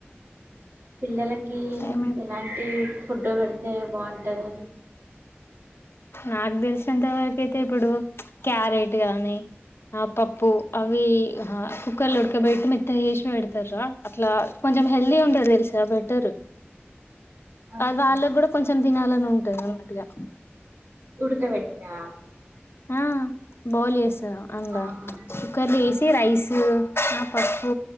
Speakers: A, on the right; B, on the left.
A: పిల్లలకి
B: టైమ్
A: ఎలాంటి ఫుడ్డు పెడితే బాగుంటది
B: నాకు తెలిసినంత వరకుయితే ఇప్పుడు క్యారెట్ గాని ఆ పప్పు అవి కుక్కర్లో ఉడకబెట్టి మెత్తగా చేసి పెడతారు చూడు అట్లా కొంచెం హెల్తీగా ఉంటది తెలుసా బెటరు
A: ఓకే
B: వాళ్ళకి కూడా కొంచెం తినాలని ఉంటది అన్నట్టుగా
A: ఉడకపెట్టిన
B: ఆ బౌల్ చేస్తా అంత
A: ఆహా
B: కుక్కర్ లో వేసి రైస్ ఆ ప పూ